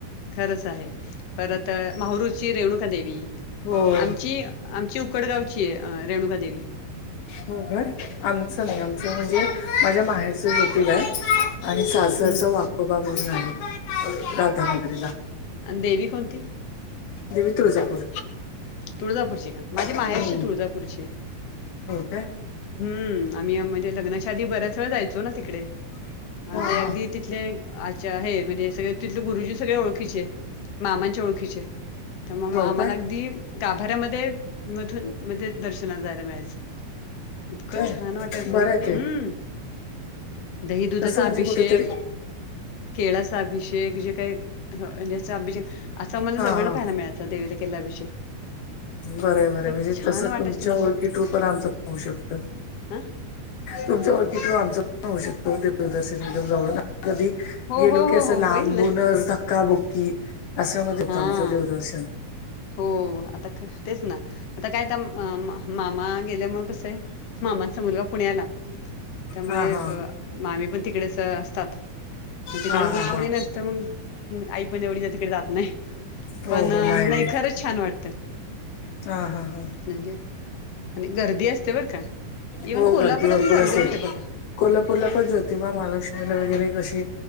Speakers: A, on the left; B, on the left.
A: खरंच आहे परत माहुरूची रेणुका देवी
B: हो
A: आमची आमची उकडगावची आहे रेणुकादेवी
B: हो का आमच नाही आमचं म्हणजे माझ्या माहेरच जोतिबा आहे आणि सा. अस
A: हम्म
B: वाकोबा म्हणून आहे राधानगरीला
A: आणि देवी कोणती?
B: देवी तुळजापूर
A: तुळजापूरची का माझी माहेरची
B: हम्म
A: तुळजापूरची आहे.
B: हो काय
A: हम्म आम्ही म्हणजे लग्नाच्या आधी बऱ्याच वेळा जायचो. ना तिकडे आणि
B: हा हा
A: ते अगदी तिथले. अच्छा हे म्हणजे सगळ तिथले गुरुजी सगळ ओळखीचे आहे मामांच्या ओळखीचे. तर मग
B: हो
A: आम्हाला
B: काय
A: अगदी गाभाऱ्यामध्ये मधून मध्ये दर्शनाला जायला मिळायचं. इतकं
B: काय
A: छान वाटायचं
B: बरं आहे ते
A: हम्म. दही दुधाचा
B: तसं म्हणजे
A: अभिषेक
B: कुठेतरी
A: केळाचा अभिषेक जे काय? असं अभिषेक असा आमला
B: हा
A: जवळला
B: हा
A: पाहायला मिळायचा देवीचा केलेला अभिषेक
B: बरं
A: इतकं
B: बरं म्हणजे
A: छान
B: तसं
A: वाटायचं
B: तुमच्या
A: तुम्हाला
B: ओळखी
A: सांगते
B: टु पण आमचं होऊ शकतय.
A: हा
B: तुमच्या‌ ओळख टु कि आमच पण होऊ शकत देवदर्शन जवळ कधी
A: हो
B: गेलो
A: हो
B: की
A: हो
B: असं
A: हो
B: लांबूनच
A: होईल ना
B: धक्काबुक्की असं म होतो
A: हा.
B: आमचं देवदर्शन
A: हो आता तेच ना आता काय? अ मामा गेल्यामुळे कसं आहे मामांचा मुलगा पुण्याला त्यामुळे
B: हा हा
A: अ मामी पण तिकडेच असतात तिकडे
B: हा
A: मग
B: हा हा
A: कोणी नसतं मग त्याच्या मुळ आई पण एवढी त्याच्याकड जात नाही,
B: हो
A: पण
B: हो मायरे
A: नाही खरंच छान वाटत.
B: हा हा हा
A: म्हनजे आणि गर्दी असते बरं का. इव्हन
B: हो
A: कोल्हापुर
B: भरपूर
A: पण गर्दी
B: असेल.
A: असते बघा.
B: कोल्हापूरला पण ज्योतिबा, महालक्ष्मीला वगैरे कशी